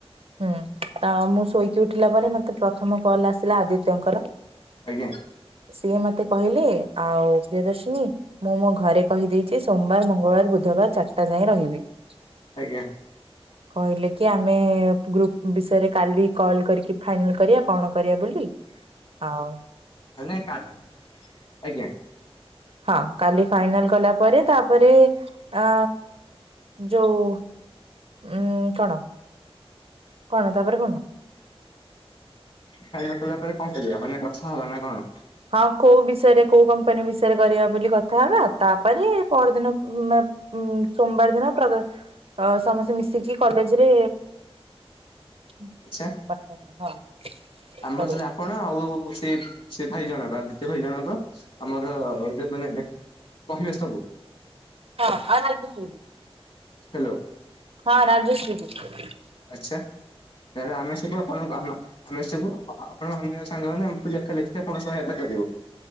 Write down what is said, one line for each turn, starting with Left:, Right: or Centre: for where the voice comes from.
Right: ହୁଁ, ତ ମୁଁ ଶୋଇକି ଉଠିଲା ପରେ। ମତେ ପ୍ରଥମ କଲ ଆସିଲା ଆଦିତ୍ୟଙ୍କର।
Left: ଆଜ୍ଞା।
Right: ସିଏ ମତେ କହିଲେ ଆଉ, ପ୍ରିୟଦର୍ଶିନୀ। ମୁଁ ମୋ ଘରେ କହିଦେଇଛି ସୋମବାର, ମଙ୍ଗଳବାର, ବୁଧବାର, ଚାରଟା ଯାଏଁ ରହିବା ପାଇଁ।
Left: ଆଜ୍ଞା।
Right: କହିଲେ କି ଆମେ ଗ୍ରୁପ ବିଷୟରେ କାଲି କଲ କରିକି ଫାଇନାଲ କରିବା। କଣ କରିବା ବୋଲି ଆଉ
Left: ହୋଇ କାଲି। ଆଜ୍ଞା।
Right: ହଁ କାଲି, ଫାଇନାଲ କଲା ପରେ ତାପରେ ଆ ଯୋଉ ଉ କଣ କଣ ତାପରେ କଣ?
Left: ଖାଲି ପକେଇଲା ପରେ କଣ କରିବା ମାନେ କଥା ହେଲା ନା କଣ?
Right: ହଁ କୋଉ ବିଷୟରେ କୋଉ କମ୍ପାନୀ ବିଷୟରେ କରିବା ବୋଲି କଥାହବା ତାପରେ ପରଦିନ ଉ ସୋମବାର ଦିନ ପ୍ରଦ ସମସ୍ତେ ମିଶିକି କଲେଜରେ <unintelligible>
Left: ଆଚ୍ଛା। ଆମର
Right: କରିବା।
Left: ସେ ଆପଣ ଆଉ ସେ ସେ ଭାଇ ଜଣଙ୍କ ଆଦିତ୍ୟ ଭାଇ ଜଣଙ୍କ ଆମର ଯୋ ମାନେ କହିବେ ସବୁ।
Right: ହଁ। <unintelligible>
Left: ହେଲୋ।
Right: ହଁ ରାଜେଶ୍ରୀ ବି।
Left: ଆଚ୍ଛା ତାହେଲେ ଆମେ ସବୁ ଆପଣଙ୍କୁ ଆମ ଆମେ ସବୁ ଆପଣଙ୍କ ଅନ୍ୟ ସାଙ୍ଗମାନେ ଲେଖା ଲେଖି ଆପଣ ସହାୟତା କରିବ।